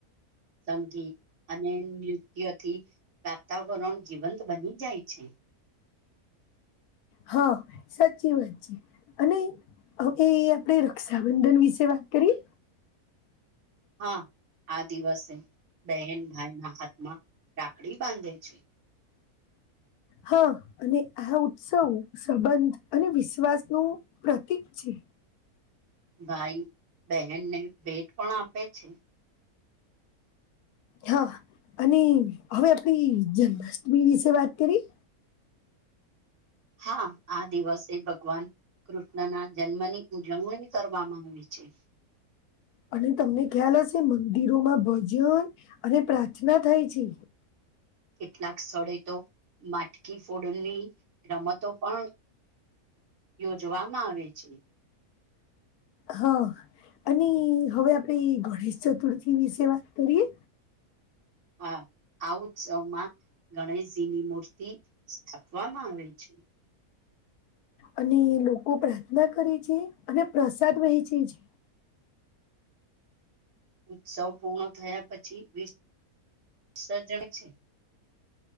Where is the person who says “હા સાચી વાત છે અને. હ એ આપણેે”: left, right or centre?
Left